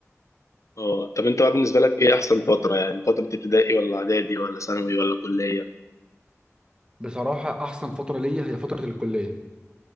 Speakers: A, on the left; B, on the right.
A: اه طب انت بقى بالنسبة لك ايه احسن فترة يعني فترة ابتدائي ولا اعدادي ولا ثانوي ولا كلية؟
B: فبصراحه احسن فتره ليا هي فتره الكليه